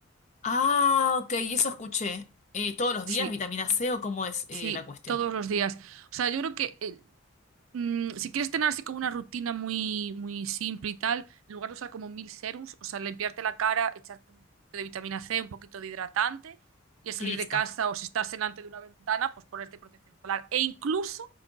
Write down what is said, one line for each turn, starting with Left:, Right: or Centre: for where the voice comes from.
Left: Ah, ok, eso escuché. Eh, todos los
Right: Sí,
Left: días vitamina C o cómo es eh,
Right: sí,
Left: la cuestión.
Right: todos los días. O sea, yo creo que eh, Mm, si quieres tener así como una rutina muy, muy simple y tal, en lugar de usar como mil serums, o sea, limpiarte la cara, echarte un poquito de vitamina C, un poquito de hidratante, y al salir
Left: Y listo,
Right: de casa o si estás delante de una ventana, pues ponerte protección solar. E incluso,